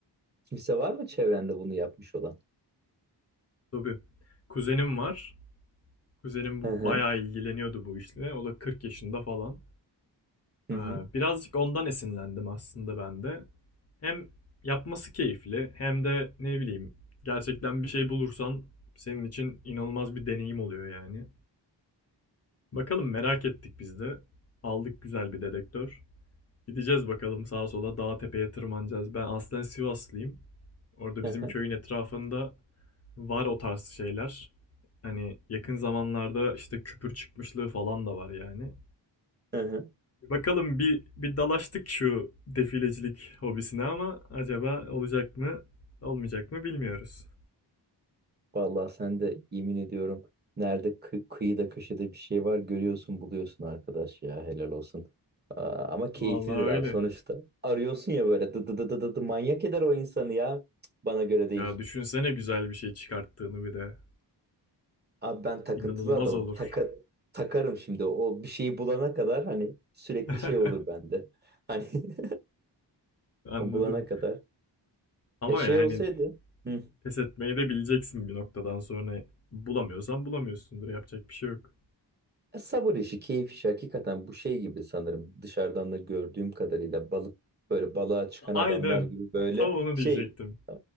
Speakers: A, on the right; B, on the left.
A: Kimse var mı çevrende bunu yapmış olan?
B: Tabii. Kuzenim var. Kuzenim bu-
A: Hı hı.
B: bayağı ilgileniyordu bu işle. O da 40 yaşında falan.
A: Hı
B: Aa,
A: hı.
B: Birazcık ondan esinlendim aslında ben de. Hem yapması keyifli hem de ne bileyim gerçekten bir şey bulursan senin için inanılmaz bir deneyim oluyor yani. Bakalım merak ettik biz de. Aldık güzel bir dedektör. Gideceğiz bakalım sağa sola dağa tepeye tırmanacağız. Ben aslen Sivaslıyım. Orada
A: Hı
B: bizim
A: hı.
B: köyün etrafında var o tarz şeyler. Hani yakın zamanlarda işte küpür çıkmışlığı falan da var yani.
A: Hı hı.
B: Bakalım bir bir dalaştık şu defilecilik hobisine ama acaba olacak mı, olmayacak mı bilmiyoruz.
A: Vallahi sen de yemin ediyorum nerede kı- kıyıda köşede bir şey var görüyorsun buluyorsun arkadaş ya helal olsun. Aa, ama keyiflidir
B: Vallahi öyle.
A: abi sonuçta. Arıyorsun ya böyle dı dı dı dı dı dı, manyak eder o insanı ya. Cık, Bana göre değil.
B: Ya düşünsene güzel bir şey çıkarttığını bir de.
A: Abi ben takıntılı
B: İnanılmaz
A: adamım.
B: olur.
A: Taka, takarım şimdi o bir şeyi bulana kadar hani sürekli
B: <laughs>
A: şey olur bende. Hani <laughs>
B: Anladım.
A: o bulana kadar.
B: Ama
A: Ya şey
B: yani
A: olsaydı. Hı.
B: pes etmeyi de bileceksin bir noktadan sonra. Bulamıyorsan bulamıyorsundur. Yapacak bir şey yok.
A: Ya Sabır işi, keyif işi hakikaten bu şey gibi sanırım. Dışarıdan da gördüğüm kadarıyla balık böyle balığa çıkan adamlar
B: Aynen.
A: gibi böyle
B: Tam onu
A: şey
B: diyecektim.
A: e,